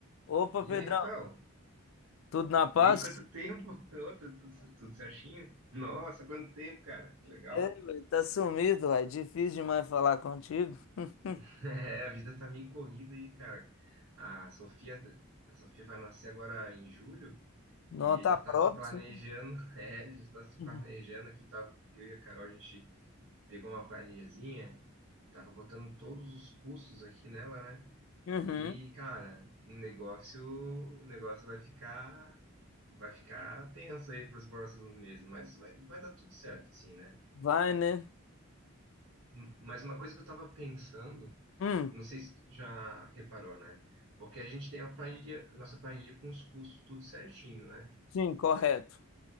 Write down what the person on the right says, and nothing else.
E
aí, Rafael?
E aí, quanto tempo? <laughs> Ô, tudo, tudo certinho? Nossa, quanto tempo, cara. Que legal.
<laughs> É, a vida tá meio corrida aí, cara. A Sofia, a Sofia vai nascer agora em julho
e a gente
tá se planejando. <laughs> É, a gente tá se
planejando aqui. Tava, eu e a Carol, a gente pegou uma planilhazinha, tava botando todos os custos aqui nela, né?
E, cara, o negócio, o negócio vai ficar. vai ficar tenso aí para os próximos meses, mas vai, vai dar tudo certo, assim, né?
Mas uma coisa que eu estava pensando,
não sei se tu já reparou, né? Porque a gente tem a planilha, nossa planilha com os custos tudo certinho, né?